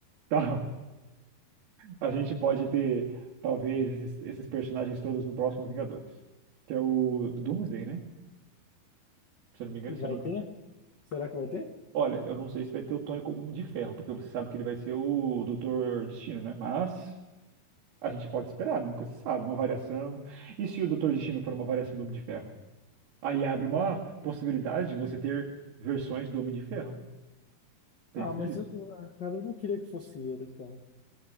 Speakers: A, on the right; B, on the left.
A: Tá, A gente pode ter, talvez, esses, esses personagens todos no próximo Vingadores. Que é o Doomsday, né? Se eu não me engano,
B: E
A: esse
B: vai
A: é o nome que
B: ter?
A: tá.
B: Será que vai ter?
A: Olha, eu não sei se vai ter o Tony como Homem de Ferro, porque você sabe que ele vai ser o Doutor Destino, né? Mas a gente pode esperar, né? Nunca se sabe, uma variação. E se o Doutor Destino for uma variação do Homem de Ferro? Aí abre uma possibilidade de você ter versões do Homem de Ferro. Pensa
B: Ah, mas
A: nisso.
B: eu, ah, cara, eu não queria que fosse ele, cara.